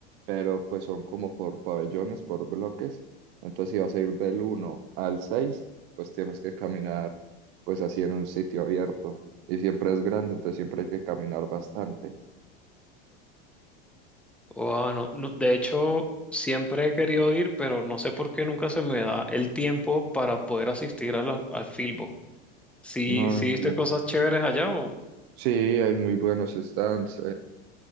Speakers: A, on the right; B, in the centre.
A: pero pues son como por pabellones, por bloques. Entonces si vas a ir del uno al 6 pues tienes que caminar pues así en un sitio abierto y siempre es grande, entonces siempre hay que caminar bastante.
B: Wow, no, no, de hecho, siempre he querido ir, pero no sé por qué nunca se me da el tiempo para poder asistir a la- al Filbo. ¿Sí,
A: No,
B: sí
A: en
B: viste
A: fin.
B: cosas chéveres allá o
A: sí, hay muy buenos stands.